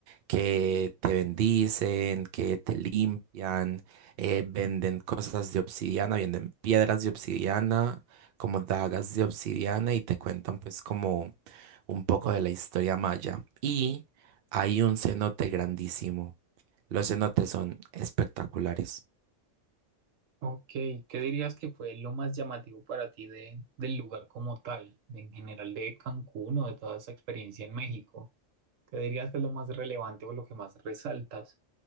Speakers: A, on the right; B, on the right.
A: que te bendicen, que te limpian, eh, venden cosas de obsidiana, venden piedras de obsidiana, como dagas de obsidiana y te cuentan pues como un poco de la historia maya. Y hay un cenote grandísimo. Los cenotes son espectaculares.
B: Ok, ¿qué dirías que fue lo más llamativo para ti de, del lugar como tal, en general de Cancún o de toda esa experiencia en México? ¿Qué dirías que es lo más relevante o lo que más resaltas?